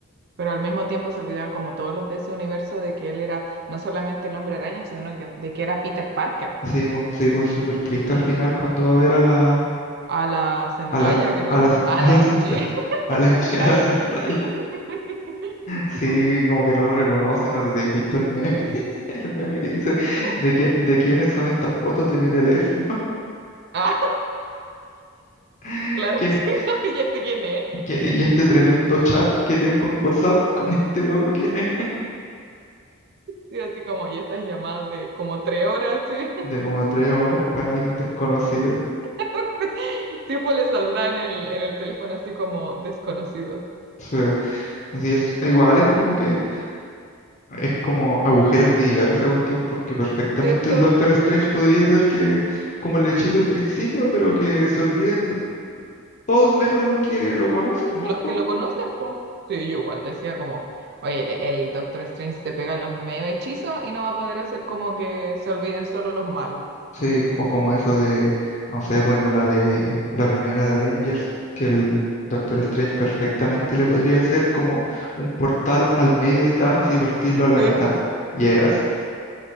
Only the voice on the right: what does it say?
pero al mismo tiempo se olvidaban como todos los de ese universo de que él era no solamente el hombre araña, sino que- de que era Peter Parker,
a la Zendaya,
que no,
<laughs>
a
la
MG,
<laughs>
Zendaya.
<laughs>
No.
Ah,
claro,
sí, <laughs> ¿y este quién es?
Sí, así como, y estas llamadas de como tres horas, sí.
<laughs> Sí, pues le saldrá en el, en el teléfono así como desconocido,
¿cierto?
Los
que lo conocen, po Sí, yo igual decía como, oye, el, el Doctor Strange se pega los medio hechizos y no va a poder hacer como que se olviden solo los malos.
Sí,